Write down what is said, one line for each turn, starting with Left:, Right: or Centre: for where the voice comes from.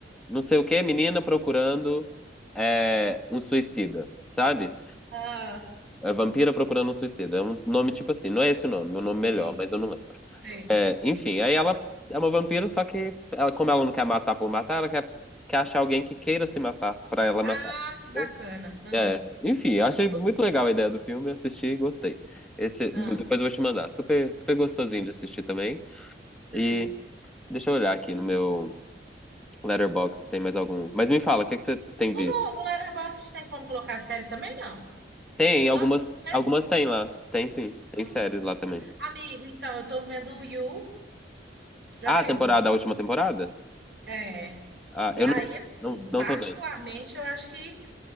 Centre: não sei o que, menina procurando é, um suicida, sabe?
Right: Ah,
Centre: É, vampira procurando um suicida. É um nome tipo assim. Não é esse o nome, meu nome melhor,
Right: sim,
Centre: mas eu não lembro.
Right: sei.
Centre: É, enfim, aí ela é uma vampira, só que ela, como ela não quer matar por matar, ela quer, quer achar alguém que queira se matar pra ela
Right: Ah,
Centre: matar.
Right: que
Centre: entendeu?
Right: bacana. Ah,
Centre: É, enfim, achei muito
Right: gu-
Centre: legal a ideia do filme, assisti e gostei. Esse,
Right: ah,
Centre: depois eu vou te mandar. Super, super gostosinho de assistir também.
Right: sei.
Centre: E deixa eu olhar aqui no meu. Letterboxd, tem mais algum. Mas me fala, o que que você tem visto?
Right: Ou no, no Letterboxd tem como colocar a série também, não?
Centre: Tem,
Right: Só,
Centre: algumas,
Right: filme, né?
Centre: algumas tem lá. Tem sim, tem
Right: Ah.
Centre: séries lá também.
Right: Amigo, então, eu tô vendo o You, já
Centre: Ah,
Right: viu?
Centre: a temporada, a última temporada?
Right: É.
Centre: Ah,
Right: E
Centre: eu
Right: aí,
Centre: não,
Right: assim,
Centre: não, não
Right: particularmente,
Centre: tô vendo.
Right: eu acho que,